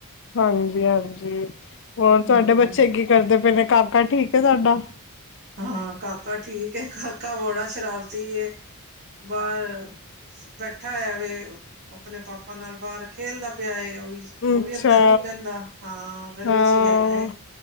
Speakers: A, on the left; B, on the right.
A: ਹਾਂਜੀ ਹਾਂਜੀ ਹੋਰ ਤੁਹਾਡੇ
B: ਹਾਂ।
A: ਬੱਚੇ ਕੀ ਕਰਦੇ ਪਏ ਨੇ ਕਮਕਾ ਠੀਕ ਸਾਡਾ
B: ਹਾਂ ਕਾਕਾ ਠੀਕ ਕਾਕਾ ਬਲਾ ਸ਼ਰਾਰਤੀ ਹੈ ਬਾਹਰ ਬੈਠਾ ਹੋਇਆ ਵ ਆਪਣੇ ਪਾਪਾ ਨਾਲ ਬਾਹਰ ਖੇਲਦਾ ਪਿਆ ਹੈ ਉਹ
A: ਅੱਛਾ
B: ਵੀ ਅੰਦਰ ਨੀ ਬਹਿੰਦਾ ਹਾਂ ਗਲੀ
A: ਹਾਂ
B: ਚ ਹੀ ਹੈਗਾ